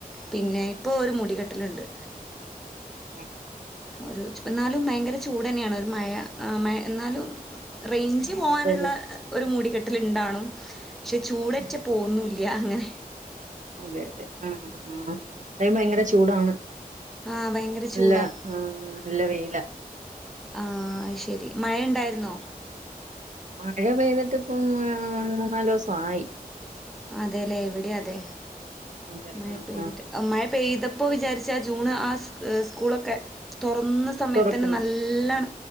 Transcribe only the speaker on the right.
അ
അതെ അതെ
ആഹാ,
അതെ അതെ ആ എന്ത ഭയങ്കര ചൂടാണ്.
നല്ല
ആ നല്ല വെയില.
മഴ പെയ്തിട്ട് ഇപ്പം മൂന്നാലോസായി.
അതെ
ആ
ആ ആ.
തുറക്കുന്നു